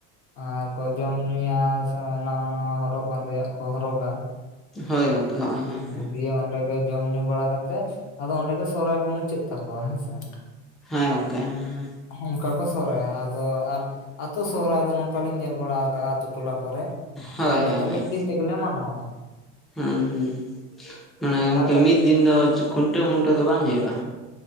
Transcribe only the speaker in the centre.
ᱦᱳᱭ ᱜᱚᱝᱠᱮ ᱦᱚᱸᱜᱼᱚᱭ᱾ ᱦᱮᱸ ᱦᱮᱸ
ᱦᱮᱸ ᱜᱚᱝᱠᱮ ᱦᱮᱸ, ᱦᱮᱸ᱾
ᱦᱳᱭ
ᱦᱳᱭ ᱦᱳᱭ
ᱦᱩᱸ ᱦᱩᱸ ᱢᱟᱱᱮ
ᱜᱚᱝᱠᱮ
ᱢᱤᱫ
ᱫᱤᱱ ᱫᱚ ᱠᱷᱩᱱᱴᱟᱹᱣ ᱢᱩᱱᱴᱟᱹᱣ ᱫᱚ ᱵᱟᱝ ᱦᱩᱭᱩᱜᱼᱟ?